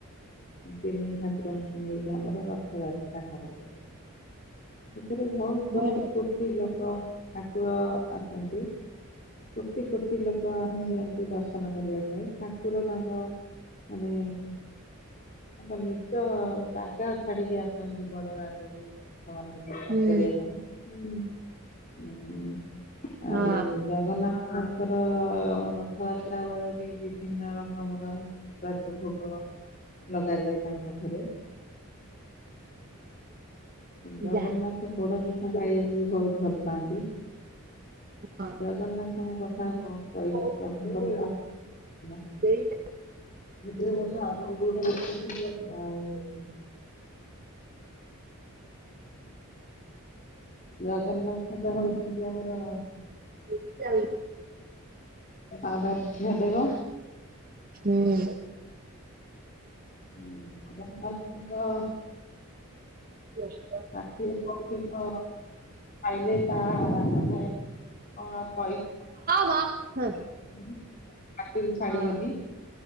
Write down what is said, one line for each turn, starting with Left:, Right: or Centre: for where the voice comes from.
Left: ତିନି ଠାକୁରଙ୍କୁ ନେଇକି ଆମର ର ଯାତ୍ରା କରାଯାଏ, ସେଥିରେ ବହୁତ
Right: ହୁଁ
Left: କୋଟି କୋ କୋଟି ଲୋକ ଠାକୁର ଆସନ୍ତି କୋଟି କୋଟି ଲୋକ <unintelligible> ଦର୍ଶନ କରିବା ପାଇଁ ଠାକୁର ତାଙ୍କ ମାନେ ତାଙ୍କ ନିଜ ଜାଗା ଅଛି ଛାଡିକି ଆସନ୍ତି ବଡ ଦାଣ୍ଡକୁ ଭକ୍ତମାନଙ୍କୁ ଦର୍ଶନ
Right: ହୁଁ
Left: କରିବା ପାଇଁ ହୁଁ ଉଁ ଆଉ
Right: ହଁ
Left: ଜଗନ୍ନାଥଙ୍କର ରଥଯାତ୍ରା ବେଳେ ବି ବିଭିନ୍ନ ରକମର ଏ ସ୍ଵାଦ ଭୋଗ ଲଗାଯାଏ ତାଙ୍କ ପାଖେରେ ଜଗନ୍ନାଥ
Right: ଯା
Left: ପୋଡ ପିଠା ଖାଇବା ବି ବହୁତ ଭଲ ପାଆନ୍ତି -
Right: ହଁ
Left: ଜଗନ୍ନାଥଙ୍କ କଥା କଣ କହିବି
Right: ହୁଁ
Left: ପ୍ରଭୁଙ୍କ <unintelligible>
Right: ହୁଁ
Left: <inaudible> ଜଗନ୍ନାଥ ତ ହଉଚନ୍ତି ଆମର
Right: ହୁଁ <inaudible>
Left: ଆରାଧ୍ୟ ଦେବ
Right: ହୁଁ <inaudible>
Left: ହୁଁ <unintelligible>
Right: <inaudible>
Left: ଷାଠିଏ ପଉଟି ତ - ପାଇଲେ ତା ଅନେ ହଁ କହି
Right: ମ ହଁ
Left: ହାତୁରୁ ଛାଡି଼ଗଲି।
Right: ହଁ